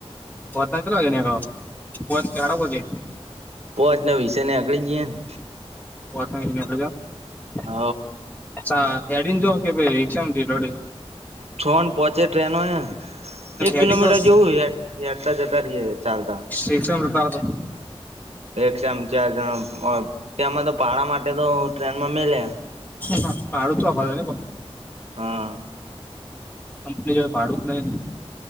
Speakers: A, on the left; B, on the right.
A: પોતના ચલા પો ખડા પતે
B: પો આચના વિષય ને આગળી ગઈ ને
A: ઓખજ <unintelligible>
B: હ.
A: ્ા હેડી જો કે ભાઈ રિક્ષાડ
B: છો ન પોહોંચે ટ્રેનો નોહે એક કિલોમીટર
A: હેડી જો
B: જેવું ારતા જતા રહીએ ચાલતા.
A: રિક્ષામાં જતા હતો
B: એક ચમચણા ત્યાંમાં તો પાડા માટે તો ટ્રેનમાં મેલ્યાં
A: હ પારું તો અભવા જ બ <unintelligible>
B: હા.
A: કંપની જો ભાડું જ નહીં